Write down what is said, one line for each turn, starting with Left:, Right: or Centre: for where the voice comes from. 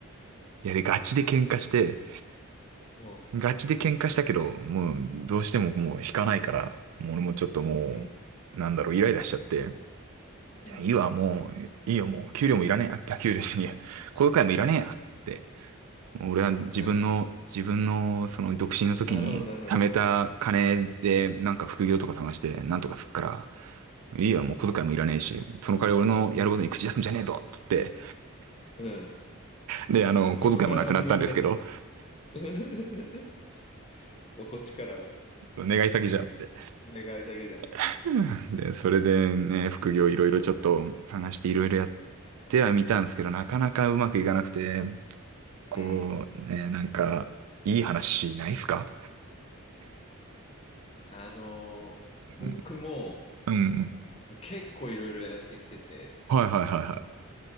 Right: いや、で、ガチで喧嘩して、
Left: も
Right: ガチで喧嘩したけど、もうどうしてももう引かないから、もう俺もちょっともう、
Left: う、うん、
Right: なんだろう、イライラしちゃって、
Left: うん、
Right: じゃあいいわ、もう、いいよ、もう、給料もいらねえ、あ、あ給料しねえや、小遣いもいらねえや、って。もう俺は自分の、
Left: <laughs> うん。
Right: 自分の、その、独身の時に貯めた金で、
Left: なるほど、なるほど。
Right: なんか副業とか探して、なんとかすっから、いいよ、もう小遣いもいらねえし、その代わり俺のやることに口出すんじゃねえぞ、つって。
Left: うん。
Right: で、あの、小遣いもなくなったんですけど、
Left: そこから始まりだったの。<laughs> もうこっちから
Right: 願い詐欺じゃって。
Left: 願い下げだと。
Right: <laughs> で、それでね、副業いろいろちょっと探していろいろやってはみたんですけど、なかなかうまくいかなくて、
Left: うん。
Right: こう、ね、なんか、いい話ないっすか
Left: あのー僕も
Right: うん、うん、うん
Left: 結構いろいろやってきてて、
Right: はいはいはいは